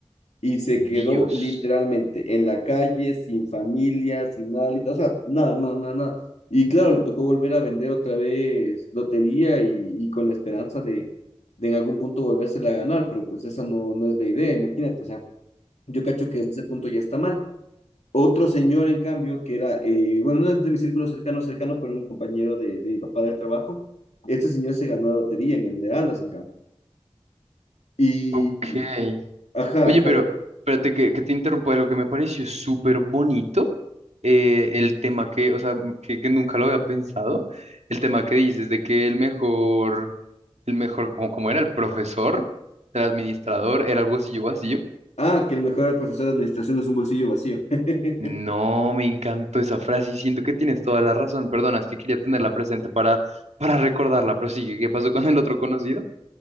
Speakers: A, on the left (about 85°); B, on the right (about 85°).
A: y se quedó
B: Dios.
A: literalmente en la calle, sin familia, sin nada, lit- o sea, nada, nada, nada, nada. Y claro, le tocó volver a vender otra vez lotería y, y con la esperanza de, de en algún punto volvérsela a ganar, pero pues esa no, no es la idea, imagínate, o sea, yo cacho que desde ese punto ya está mal. Otro señor, en cambio, que era, eh, bueno, no es de mi círculo cercano, cercano, pero un compañero de, de mi papá del trabajo, este señor se ganó la lotería en Esmeraldas, en cambio. Y,
B: Ok.
A: ajá,
B: Oye,
A: ajá,
B: pero espérate que, que te interrumpa algo que me pareció súper bonito, eh, el tema que, o sea, que, que nunca lo había pensado, el tema que dices de que el mejor, el mejor, como, como era el profesor, el administrador, era el bolsillo vacío.
A: Ah, que el mejor profesor de administración es un bolsillo vacío. <laughs>
B: No, me encantó esa frase y siento que tienes toda la razón. Perdona, es que quería tenerla presente para, para recordarla, pero sí, ¿qué pasó con el otro conocido?